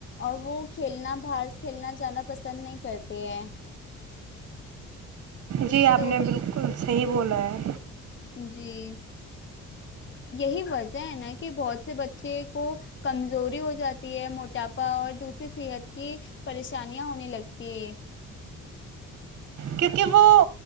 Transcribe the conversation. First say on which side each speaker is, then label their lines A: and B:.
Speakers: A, on the left; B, on the right.
A: اور وہ کھیلنا باہر کھیلنا جانا پسند نہیں کرتے ہیں
B: جی آپ
A: تو
B: نے بالکل صحیح بولا ہے
A: جی یہی وجہ ہے نا کہ بہت سے بچے کو کمزوری ہو جاتی ہے موٹاپا اور دوسری صحت کی پریشانیاں ہونے لگتی ہے
B: کیونکہ وہ